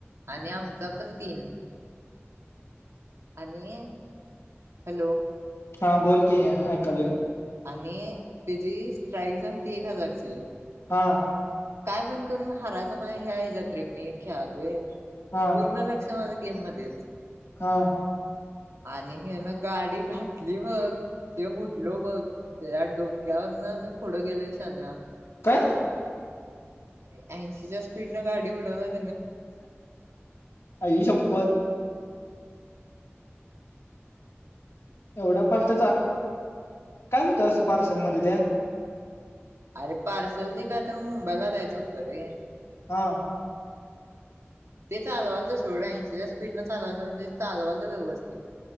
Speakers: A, on the right (about 85°); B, on the left (about 80°).
A: आणि आमचा पण तीन आणि हॅलो
B: हा बोल की ऐकालोय
A: आणि त्याची स्ट्राईक झालती एक हजारची आणि
B: हा
A: काय पण करून हारायचं नाही ह्या ह जते मी खेळालय
B: हा
A: पूर्ण लक्ष् माझ गेम मध्ये
B: हा
A: आणि हे ना गाडी घातली बग जे उडलो बघ या डोक्यावरन मी पुढं गेलो शहाण्या
B: काय
A: अरे ऐंशीच्या स्पीडनं गाडी का
B: आई शप्पत एवढा फास्टच आग काय
A: हा
B: होत असं पार्सल मध्ये त्या
A: अरे पार्सल ते का तर मुंबईला जायचं होतं रे
B: हा
A: ते चालवता सोड ऐंशी च्या स्पीड न चालवत होता चालवायला आता व्यवस्थित